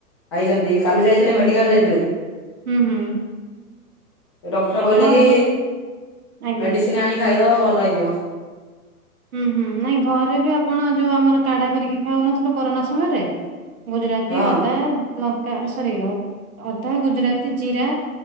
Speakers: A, on the left; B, on the right.
A: ଖାଇଛନ୍ତି କାଲି ଯାଇଥିଲେ ମେଡିକାଲ୍ ଯାଇଥିଲେ।
B: ହୁଁ ହୁଁ।
A: ଏ ଡକ୍ଟର
B: ଆଉ
A: କହିଲେ
B: ଘରେ
A: କି
B: ଆଜ୍ଞା।
A: ମେଡ଼ିସିନ୍ ଆଣିି ଖାଇଦବ ଭଲ ହେଇଯିବ।
B: ହୁଁ ହୁଁ ନାଇଁ ଘରେ ବି ଆପଣ ଯୋଉ ଆମର କାଢା କରିକି ଖାଉନଥିଲୁ କରୋନା ସମୟରେ ଗୁଜୁରାତି
A: ହଁ
B: ଅଦା ଲଙ୍କା ଏ ସରି ଅ ଅଦା ଗୁଜୁରାତି ଜିରା